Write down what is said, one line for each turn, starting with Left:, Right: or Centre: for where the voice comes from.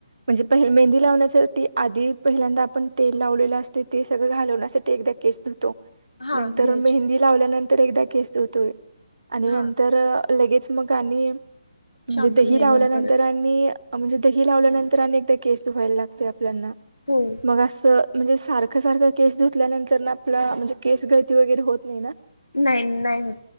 Right: म्हणजे प मेहंदी लावण्यासाठी आधी पहिल्यांदा आपण तेल लावलेलं असते ते सगळं घालवण्यासाठी एकदा केस
Left: हा
Right: नंतर
Left: धुवायचे
Right: मेहंदी लावल्यानंतर एकदा केसतोय आणि
Left: हा
Right: लगेच मग आणि म्हणजे
Left: शॅम्पूने
Right: दही लावल्यानंतर
Left: मग परत
Right: आणि म्हणजे दही लावल्यानंतर अनेकदा केस दधुवायला लागते आपल्याना
Left: हो
Right: मग असं म्हणजे सारखं सारखं केस धुतल्यानंतर आपला म्हणजे केस गळती वगैरे होत नाही ना
Left: नाही नाही होत